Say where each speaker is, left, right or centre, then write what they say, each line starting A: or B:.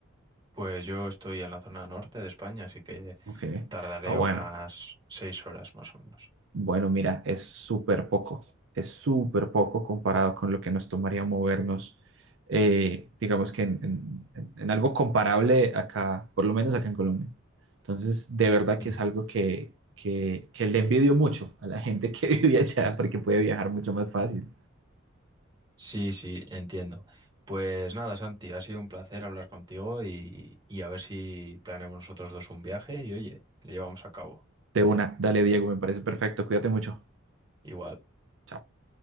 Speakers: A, on the right; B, on the right.
A: Pues yo estoy en la zona norte de España, así que
B: Ok,
A: tardaré
B: ah, bueno.
A: unas seis horas más o menos.
B: Bueno, mira, es súper poco, es súper poco comparado con lo que nos tomaría movernos, eh, digamos que en, en- en en algo comparable acá, por lo menos acá en Colombia. Entonces, de verdad que
A: Ujú.
B: es algo que, que, que le envidio mucho a la gente que <laughs> vive allá porque puede viajar mucho más fácil.
A: Sí, sí, entiendo. Pues nada, Santi, ha sido un placer hablar contigo y, y a ver si planeamos nosotros dos un viaje y oye, lo llevamos a cabo.
B: De una, dale Diego, me parece perfecto, cuídate mucho.
A: Igual.
B: Chao.